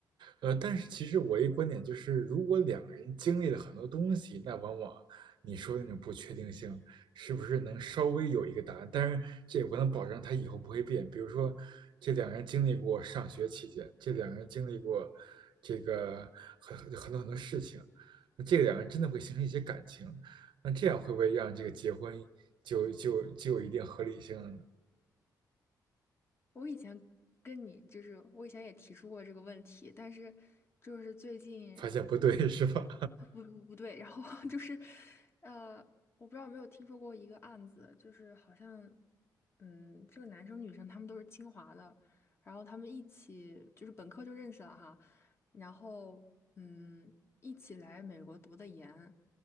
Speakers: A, on the right; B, on the left.
A: 呃，但是其实我一观点就是，如果两个人经历了很多东西，那往往你说的那种不确定性，是不是能稍微有一个答案？当然，这也不能保证他以后不会变。比如说，这两个人经历过上学期间，这两个人经历过这个很很多很多事情，那这两个人真的会形成一些感情，那这样会不会让这个结婚就就就有一定合理性了呢？
B: 我以前跟你就是我以前也提出过这个问题，但是就是最近。
A: 发现不对 <laughs> 是吧？
B: 不不不对，然后 <laughs> 就是，呃，我不知道有没有听说过一个案子，就是好像，嗯，这个男生女生他们都是清华的，然后他们一起就是本科就认识了哈，然后嗯，一起来美国读的研，